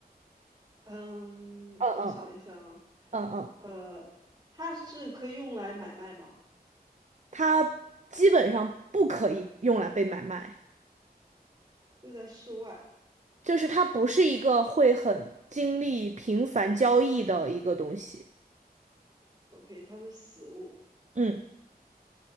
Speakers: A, on the right; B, on the right.
A: 嗯，
B: 嗯嗯嗯
A: 我想一想，
B: 嗯嗯，
A: 呃，它是可以用来买卖吗？
B: 它基本上不可以用来被买卖。
A: 又在室外
B: 就是它不是一个会很经历频繁交易的一个东西。
A: ，OK，它是死物，
B: 嗯，